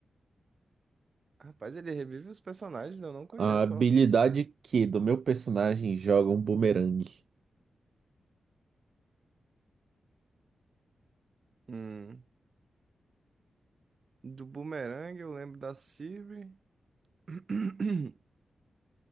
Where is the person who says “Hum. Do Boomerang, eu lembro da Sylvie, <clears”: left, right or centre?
Right